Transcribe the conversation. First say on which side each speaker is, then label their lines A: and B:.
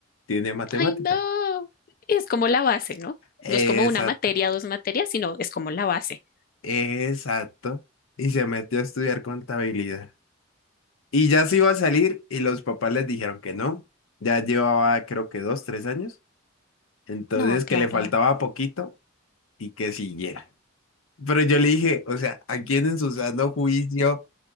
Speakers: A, on the left (about 80°); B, on the left (about 45°).
A: tiene matemática.
B: Ay, no, es como la base, ¿no?
A: Exacto,
B: No es como una materia, dos materias, sino es como la base.
A: exacto. Y se metió a estudiar contabilidad. Y ya se iba a salir y los papás les dijeron que no. Ya llevaba creo que dos, tres años. Entonces
B: No, claro.
A: que le faltaba poquito y que siguiera. Pero yo le dije, o sea, ¿a quién en su sano juicio